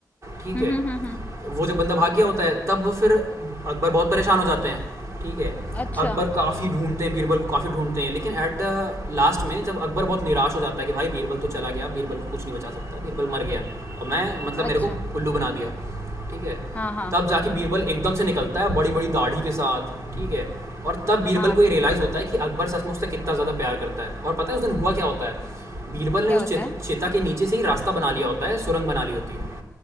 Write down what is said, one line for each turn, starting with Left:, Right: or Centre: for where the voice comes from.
Right: ठीक
Left: हम्म
Right: है
Left: हम्म हम्म हम्म,
Right: वो जब बंदा भाग गया होता है तब फिर अकबर बहुत परेशान हो जाते हैं ठीक है
Left: अच्छा
Right: अकबर काफ़ी ढूंढते हैं बीरबल को काफ़ी ढूंढते हैं लेकिन एट द लास्ट में जब अकबर बहुत निराश हो जाता है कि भाई बीरबल तो चला गया बीरबल को कुछ नहीं बचा सकता बीरबल मर गया
Left: अ-
Right: और मैं मतलब मेरे
Left: अच्छा
Right: को उल्लू बना दिया ठीक है
Left: हाँ हाँ
Right: तब जाके बीरबल एकदम से निकलता है बड़ी बड़ी दाढ़ी के साथ ठीक है और तब बीरबल
Left: हाँ
Right: को ये रियलाइज़ होता है कि अकबर सच में उससे कितना ज़्यादा प्यार करता है और पता है उस दिन हुआ क्या होता
Left: अम,
Right: है बीरबल ने
Left: क्या
Right: उस
Left: होता
Right: चे-
Left: है
Right: चेता के नीचे से ही रास्ता बना लिया होता है सुरंग बना ली होती है